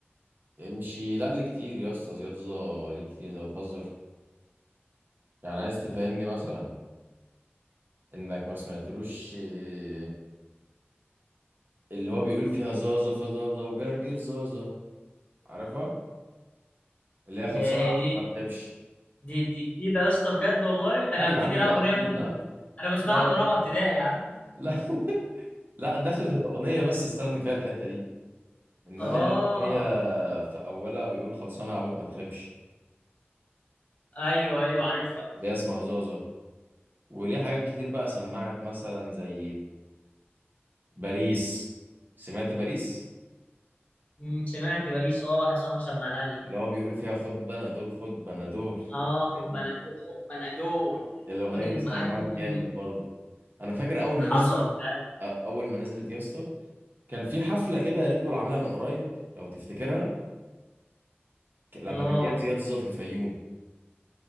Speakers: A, on the right; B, on the left.
A: امشي لا ليه كتير يا اسطى زياد زازا ليه كتير انت بتهزر يعني عايز تفهمني مثلا انك ما سمعتلوش آه، اللي هو بيقول فيها زازا فزازا وجرجر زازا عارفها اللي هي
B: هي
A: خلصانه
B: هي
A: يا عم
B: دي
A: ما تحبش
B: دي دي جديدة يا اسطى بجد والله ده انا
A: لا يا
B: افتكرها
A: عم دي
B: اغنية
A: قديمة
B: من انا بسمعها
A: لا لا
B: من
A: لا
B: رابعة ابتدائي يا عم
A: لا <laughs> لا دخلت الاغنيه بس استخدم فيها الحته دي انما
B: اه
A: هي الاغنيه في اولها بيقول خلصانه يا عبيط ما تخيبش
B: ايوه ايوه عارفها
A: اللي هي اسمها زازا وليه حاجات كتير بقى سمعت مثلا زي باريس سمعت باريس
B: أمم، سمعت باريس اه واحد صاحبي سمعهاني
A: اللي هو بيقول فيها خد بنادول خد بنادول
B: اه خد
A: دي.
B: بنادول خد بنادول
A: الاغنيه
B: ودن
A: دي سمعت
B: معاك كل يوم
A: جامد برضو انا فاكر اول ما
B: حصل
A: نزلت
B: فعلا
A: أ- اول ما نزلت يا اسطى كان في حفله كده ريد بول عاملها من قريب لو تفتكرها ك- لما
B: اه
A: كان جايب زياد زوزة في الفيوم